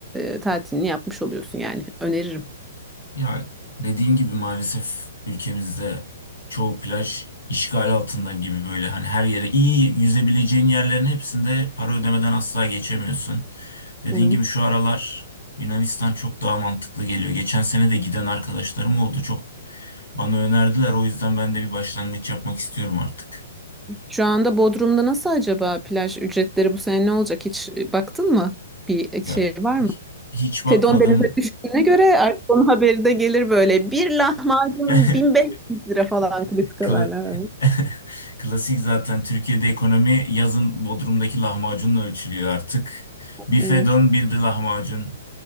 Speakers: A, in the centre; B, on the left.
A: e, tatilini yapmış oluyorsun yani. Öneririm.
B: Ya dediğin gibi maalesef ülkemizde çoğu plaj işgal altında gibi böyle hani her yere iyi yüzebileceğin yerlerin hepsinde para ödemeden asla geçemiyorsun. Dediğin
A: Hı.
B: gibi şu aralar Yunanistan çok daha mantıklı geliyor. Geçen sene de giden arkadaşlarım oldu. Çok bana önerdiler. O yüzden ben de bir başlangıç yapmak istiyorum artık.
A: Şu anda Bodrum'da nasıl acaba plaj ücretleri bu sene ne olacak? Hiç e, baktın mı? Bir e,
B: Ya
A: şey var mı?
B: hiç bakmadım.
A: Fedon denize düştüğüne göre artık onun haberi de gelir böyle. Bir lahmacun
B: <laughs>
A: 1500 lira falan klasik haberler.
B: Kla- <laughs> Klasik zaten Türkiye'de ekonomi yazın Bodrum'daki lahmacunla ölçülüyor artık. Bir fedon
A: Evet.
B: bir de lahmacun.